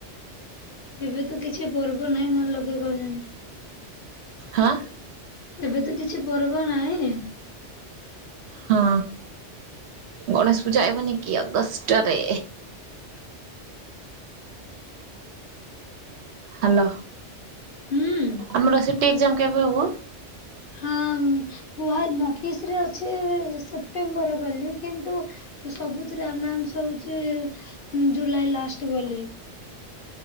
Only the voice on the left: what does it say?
ଏବେ ତ କିଛି ପର୍ବ ନାହିଁ ନହେଲେ ଲଗେଇକି କରିଥାନ୍ତି।
ଏବେ ତ କିଛି ପର୍ବ ନାହିଁ।
ହୁଁ
ହଁ କୁହା ନୋଟିସ ରେ ଅଛି ସେପ୍ଟେମ୍ବର ବୋଲି କିନ୍ତୁ ସବୁଥିରେ ଆନାଉଁସ ହୋଉଚି ଜୁଲାଇ ଲାଷ୍ଟ ବୋଲି।